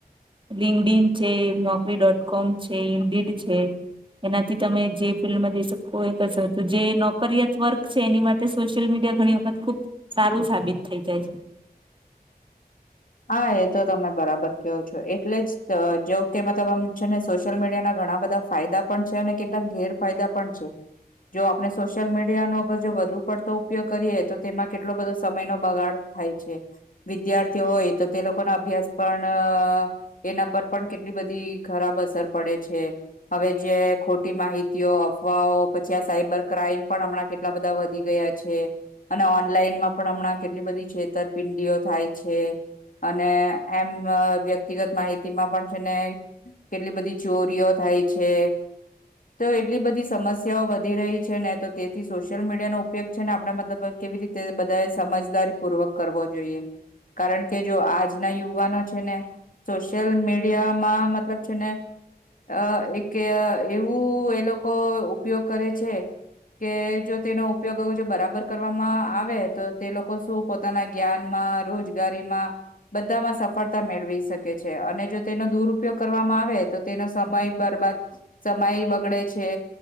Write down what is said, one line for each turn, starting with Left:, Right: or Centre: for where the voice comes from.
Right: લિંકડઇન છે નોકરી ડોટ કોમ છે ઇન્ડિટ છે. એનાથી તમે જે ફિલ્ડમાં જઈ શકો એ કશ તો જે નોકરયત વર્ક છે એની માટે. તે સોશિયલ મીડિયા ઘણી વખત ખુબ સારું સાબિત થઈ જાય છે.
Left: હા એ તો તમે બરાબર કહો છો એટલે જ જો કે મતલબ આમ છે ને સોશિયલ મીડિયા ના ઘણા બધા. ફાયદા પણ છે અને કેટલાક ગેરફાયદા પણ છે. જો આપણે સોશિયલ મીડિયા નો અગર જો વધુ પડતો. ઉપયોગ કરીએ તો તેમાં કેટલો બધો સમય નો બગાડ થાય છે વિદ્યાર્થીઓ હોય. તો તે લોકો ના અભ્યાસ પણ. એના પર પણ કેટલી બધી ખરાબ અસર પડે છે. હવે જે ખોટી માહિતીઓ અફવાઓ પછી આ સાયબર ક્રાઈમ પણ હમણાં કેટલા. આટલા બધા વધી ગયા છે. અને ઓનલાઈનમાં પણ હમણાં કેટલી બધી છેતરપિંડીઓ થાય છે. અને એમ વ્યક્તિગત માહિતી માં પણ છે ને. કેટલી બધી ચોરીઓ થાય છે. તો એટલી બધી સમસ્યાઓ વધી રહી છે ને તો તેથી સોશિયલ મીડિયાનો ઉપયોગ છે ને આપણે મતલબ. કેવી રીતે બધા એ સમજદારી પૂર્વક કરવો જોઈએ કારણ કે. કે જો આજના યુવાનો છે ને સોશયલ મીડિયામાં મતલબ છેને. અ એક એવું એ લોકો ઉપયોગ કરે છે. કે જો તેનો ઉપયોગ જો બરાબર કરવામાં આવે તો તે લોકો શું પોતાના. જ્ઞાન માં રોજગારીમાં. બધામાં સફળતા મેળવી શકે છે અને જો તેનો દુરપયોગ કરવામાં આવે તો તેનો સમય બરબાદ. સમય બગડે છે.